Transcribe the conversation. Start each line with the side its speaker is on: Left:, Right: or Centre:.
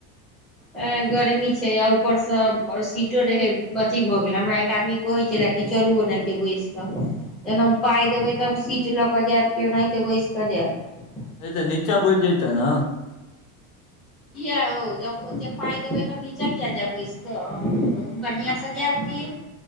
Centre: ए गर्मी छै आ ऊपरसँ अ सीटो रहै अथी भऽ गेल, हमरा एक आदमी कहैत छलए कि चलू ओनाहिते बैसि कऽ, जखना हम पाइ देबै तऽ हम सीट लऽ कऽ जायब किओ ओनाहिते बैसि कऽ जायब।
Left: नहि तऽ नीचा बैठ जईत न।
Centre: किए हौ जब ओतेक पाइ देबै तब नीचाँ किएक जायब बैसि, कऽ हम बढ़िआँ सँ जायब की,